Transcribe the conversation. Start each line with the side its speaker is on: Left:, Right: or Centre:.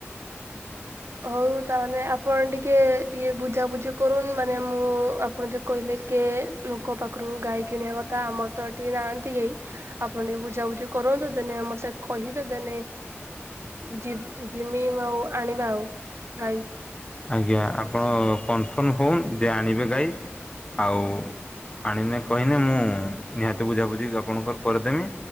Right: ହଉ ତାହେଲେ ଆପଣ ଟିକେ ଟିକେ ବୁଝାବୁଝି କରୁନ ମାନେ ମୁଁ ଆପଣ ଯ କହିଲେ କି ଲୋକ ପାଖରୁ ଗାଈ କିଣିବା କଥା ଆମର ତ ଏଠି ନାହାନ୍ତି କେହି ଆପଣ ଟିକେ ବୁଝାବୁଝି କରନ୍ତୁ ଦେନେ ମତେ କହିବେ ଦେନେ ଯିମି ଆଉ ଆଣିବା ଆଉ ଗାଈ
Left: ଆଜ୍ଞା ଆପଣ କନଫର୍ମ ହଉନ ଯେ ଆଣିବେ ଗାଈ ଆଉ ଆଣିମେ କହିନେ ମୁଁ ନିହାତି ବୁଝାବୁଝି ଆପଣଙ୍କର କରିଦେମି